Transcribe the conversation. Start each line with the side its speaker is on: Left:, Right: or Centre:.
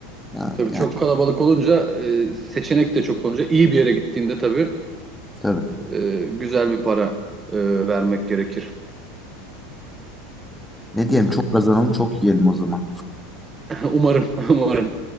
Centre: Ya,
Right: Tabii
Centre: yani
Right: çok kalabalık olunca e, seçenek de çok olunca iyi bir yere gittiğinde tabii
Centre: tabii.
Right: e, güzel bir para e, vermek gerekir.
Centre: Ne diyelim çok kazanalım çok yiyelim o zaman.
Right: <laughs> Umarım, <laughs> umarım.